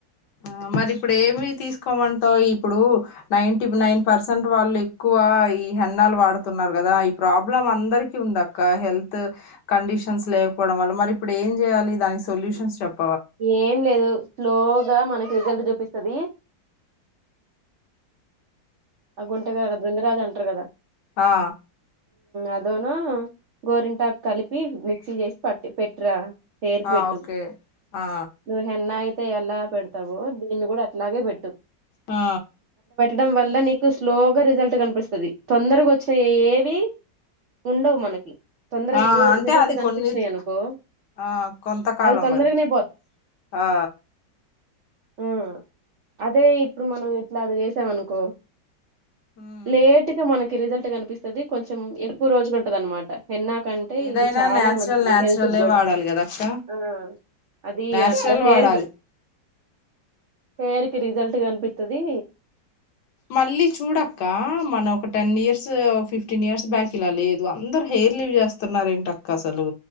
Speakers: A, on the left (about 70°); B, on the right (about 70°).
A: ఆ మరి ఇప్పుడు ఏమి తీసుకోమంటావ్ ఇప్పుడు నైన్టీ నైన్ పర్సెంట్ వాళ్ళు ఎక్కువ ఈ హెన్నాలు వాడుతున్నారు కదా ఈ ప్రాబ్లం అందరికి ఉందక్క హెల్త్ కండిషన్స్ లేకపోవడం వల్ల మరి ఇప్పుడు ఏం చేయాలి దానికి సొల్యూషన్స్ చెప్
B: ఏం లేదు స్లోగా మన రిజల్ట్ చూపిస్తది ఆ గుంటగాదా బృంగరాజు అంటారు కదా
A: ఆ
B: అదోను గోరింటాకు కలిపి మిక్సీ చేసి పట్టి పెట్టురా చేరు
A: ఆ
B: పెట్టు
A: ఓకే ఆ
B: నువ్ హెన్నాయి తే ఎలా పెడతావో దీన్ని కూడా అట్లాగే పెట్టు
A: ఆ
B: డం వల్ల నీ స్లోగా రిజల్ట్ కనిపిస్తది తొందరగా వచ్చిన ఏది ఉండవు మనకి తొందరగా
A: ఆ
B: రి
A: అంటే
B: రిజల్ట్
A: అది
B: కనిపించినాయి
A: కొన్ని
B: అనుకో
A: ఆ కొంతకాలం
B: అవి తొందరగానే
A: వరకి ఆ
B: ఉ అదే ఇప్పుడు మనం ఇట్లా అది చేసామనుకో
A: ఉమ్.
B: లేేటుక మనక్ రిజల్ట్ కనిపిస్తది కొంచెం ఎక్కువ రోజులు ఉంటది అన్నమాట ఎన్నాకంటే
A: ఏదైనా
B: ఇవి చాలా
A: న్యాచురల్
B: మంచివి
A: న్యాచురలే
B: హెల్త్ కూడా
A: వాడాలి కదా అక్క
B: ఆ అది
A: న్యాచురల్
B: అట్లా హెయిర్కి
A: వాడాలి
B: పేరుకి రిజల్ట్ కనిపితది
A: మళ్ళీ చూడక్క మనం ఒక ten years fifteen years back ఇలా లేదు అందరు హెయిర్ లివ్ చేస్తున్నారు ఏంటక్క అసలు